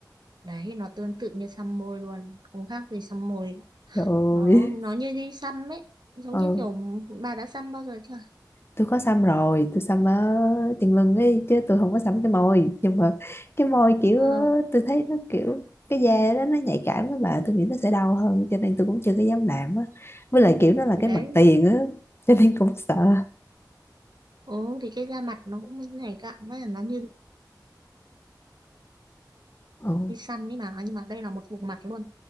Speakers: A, on the right (about 75°); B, on the left (about 35°).
A: đấy nó tương tự như xăm môi luôn không khác gì xăm môi
B: trời
A: nó
B: ơi
A: nó như đi xăm ấy giống
B: ừ
A: như kiểu bà đã xăm bao giờ chưa
B: tôi có xăm rồi tôi xăm ở chân lưng ấy chứ tôi không có xăm cái môi nhưng mà cái môi kiểu
A: ờ
B: ờ, tôi thấy nó kiểu cái da đó nó nhạy cảm đó bà tôi nghĩ nó sẽ đau hơn cho nên tôi cũng chưa có dám làm á với lại kiểu nó là
A: thì
B: cái
A: đấy
B: mặt tiền á cho nên cũng sợ
A: ừ, thì cái da mặt nó cũng nhảy cạn đấy nó như
B: ừ.
A: đi xăm ấy mà nhưng mà đây là một vùng mặt luôn